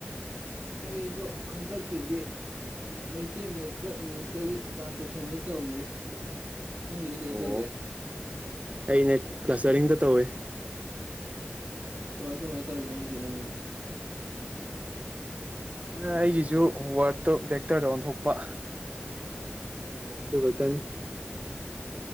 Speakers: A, on the right (about 65°); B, on the right (about 35°).
A: ꯑꯩꯗꯣ ꯍꯟꯗꯛꯀꯤꯗꯤ ꯃꯩꯇꯩ ꯃꯥꯌꯦꯛꯀ ꯏꯪꯂꯤꯁꯀꯒꯤ ꯇ꯭ꯔꯥꯟꯁꯂꯦꯁꯟꯗ ꯇꯧꯈꯔ꯭ꯦ ꯅꯪꯒꯤꯗꯤ ꯀꯩ
B: ꯑꯣ
A: ꯇꯧꯒꯦ
B: ꯑꯩꯅ ꯀ꯭ꯂꯁꯇꯔꯤꯡꯗ ꯇꯧꯋꯦ
A: ꯀꯃꯥꯏ ꯀꯃꯥꯏꯅ ꯇꯧꯔꯤꯅꯣ ꯍꯥꯏꯁꯦ ꯅꯪꯒꯤꯅ
B: ꯑꯩꯒꯤꯁꯨ ꯋꯥꯔꯠꯇꯣ ꯕꯦꯛꯇꯔꯗ ꯑꯣꯟꯊꯣꯛꯄ
A: ꯑꯣ
B: ꯎꯔꯛꯀꯅꯤ